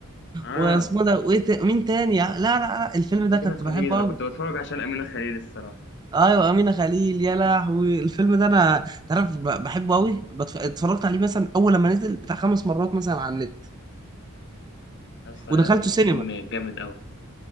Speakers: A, on the left; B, on the right.
A: اه
B: واسمه ده وايه ت... مين تاني لا لا لا الفيلم
A: كانت
B: ده
A: أمينة
B: كنت بحبه
A: خليل أنا
B: قوي
A: كنت بتفرج عشان أمينة خليل الصراحة
B: ايوه امينه خليل يا لهوي الفيلم ده انا تعرف ب- بحبه قوي بتف... اتفرجت عليه مثلا اول لما نزل بتاع خمس مرات مثلا على النت
A: يا اسطى
B: ودخلته
A: لا ده كان
B: سينما
A: فيلم جامد قوي